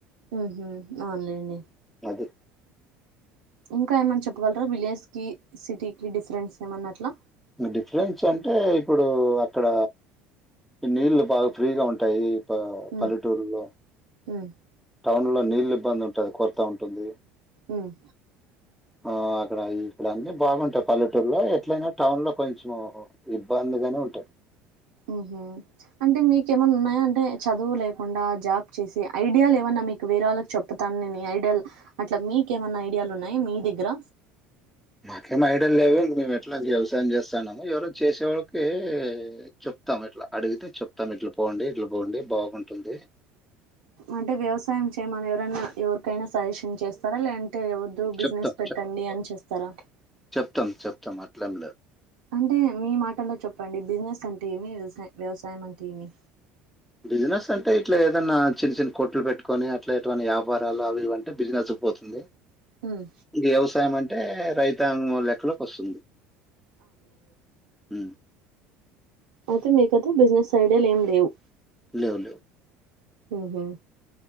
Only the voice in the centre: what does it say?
అది.
డిఫరెన్స్ అంటే ఇప్పుడు అక్కడ నీళ్ళు బాగా ఫ్రీగా ఉంటాయి ఇ
పల్లెటూరులో
టౌన్ లో నీళ్ళ ఇబ్బంది ఉంటుంది కొరత ఉంటుంది
ఆ అక్కడ ఇక్కడ అన్నీ బాగుంటాయి పల్లెటూరులో ఎట్లయినా టౌన్ లో కొంచెం ఇబ్బందిగానే ఉంటాయి
అ మాకేం ఐడల్ లేవు మేము ఎట్లా వ్యవసాయం చేస్తానో ఎవరో చేసేవాళ్ళకి చెప్తాం ఇట్లా అడిగితే చెప్తాం ఇట్లా పోండి ఇట్లా పోండి బాగుంటుంది
చెప్తాం
చెప్తం చెప్తం అట్లేం లేదు
బిజినెస్ అంటే ఇట్లా ఏదన్నా చిన్న చిన్న కొట్లు పెట్టుకొని అట్లా ఎటువంటి వ్యాపారాలు అవి ఇవంటే బిజినెస్ పోతుంది
వ్యవసాయం అంటే రైతాంగం లెక్కలోకి వస్తుంది ఉమ్,
లేవు లేవు